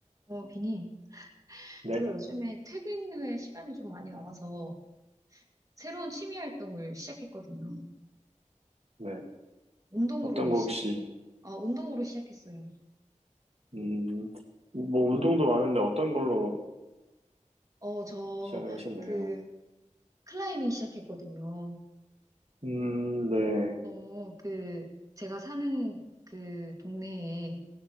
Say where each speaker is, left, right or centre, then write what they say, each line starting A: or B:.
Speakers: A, on the right; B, on the right.
A: 어, 비님,
B: 네,
A: 제가 요즘에 퇴근 후에 시간이 좀 많이 남아서 새로운 취미 활동을 시작했거든요.
B: 네.
A: 운동으로
B: 어떤 거
A: 시작,
B: 혹시,
A: 아, 운동으로 시작했어요.
B: 음, 뭐, 운동도 많은데 어떤 걸로
A: 어, 저,
B: 시작을 하셨네요.
A: 그, 클라이밍 시작했거든요.
B: 음, 네.
A: 어, 그, 제가 사는 그 동네에